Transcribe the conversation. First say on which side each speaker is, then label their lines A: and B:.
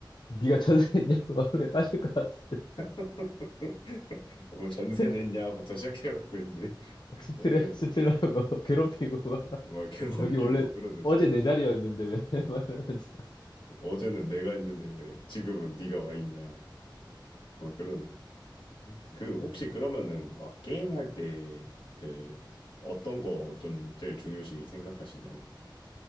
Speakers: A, on the left; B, on the left.
A: 네가 전화했냐고 막 그렇게 따질 것 같은데
B: <laughs> 뭐 전세
A: <laughs>
B: 냈냐부터 시작해갖고 이제
A: 막
B: <laughs>
A: 스트레
B: 막 그런
A: 스트레하고 <laughs> 괴롭히고 막
B: 막 괴롭히고
A: 여기 원래
B: 막 그러죠
A: 어제
B: 진짜.
A: 내 자리였는데 왜 <laughs>
B: 응.
A: 말면서
B: 어제는 내가 했는데 왜 지금은 네가 와 있냐 막 그런. 그
A: 네.
B: 혹시 그러면은 막 게임할 때 그 어떤 거 좀 제일 중요시 생각하시는?